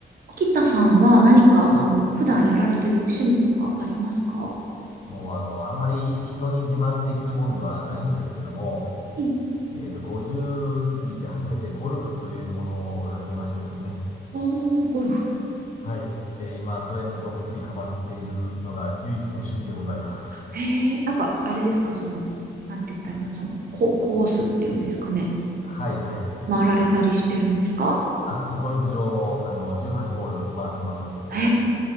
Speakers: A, on the right; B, on the left.
A: 沖田さんは何か、
B: はい。
A: あの、普段やられてる趣味とかありますかは
B: もうあの、あんまり人に自慢できるもんではないんですけども、
A: い。
B: えっと、50過ぎて初めてゴルフというものを始めましてですね。
A: おー、ゴルフ。
B: <laughs> はい。で、今、それにどっぷりハマっているのが唯一の趣味でございます。
A: へえ、なんか、あれですか、その、なんて言ったらいいんだ、その、コ、コースっていうんですかね。
B: <laughs> はい、はい。
A: 回られたりしてるんですか
B: あ、ゴルフ場も、あの、18ホール回ってます。
A: へ